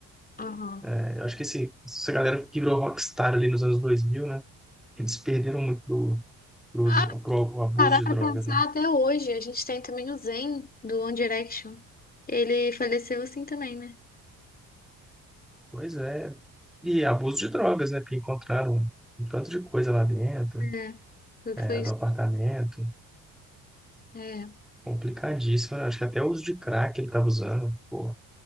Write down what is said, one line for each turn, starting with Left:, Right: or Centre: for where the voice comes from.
Left: Aham.
Centre: né? Eu acho que esse, essa galera que virou rockstar ali nos anos dois mil né? Eles perderam muito pro, pro,
Left: Ah,
Centre: uso- pro abuso
Left: parar
Centre: de
Left: pra
Centre: drogas,
Left: pensar
Centre: né?
Left: até hoje. A gente tem também o Zayn, do One Direction. Ele faleceu assim também, né?
Centre: Pois é. E abuso de drogas, né? Porque encontraram um tanto de coisa lá dentro,
Left: É. Foi
Centre: é,
Left: foi isso.
Centre: do apartamento.
Left: É.
Centre: Complicadíssimo. né? Acho que até o uso de crack ele estava usando. Pô, a